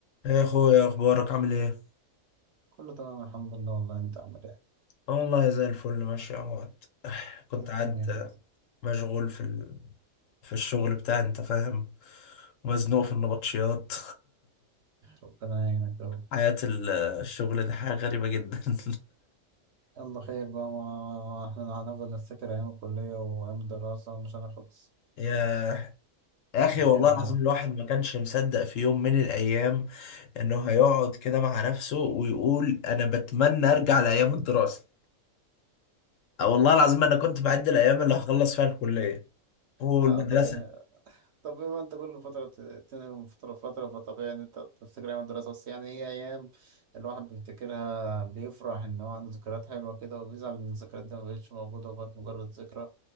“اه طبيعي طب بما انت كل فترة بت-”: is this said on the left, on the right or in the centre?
Right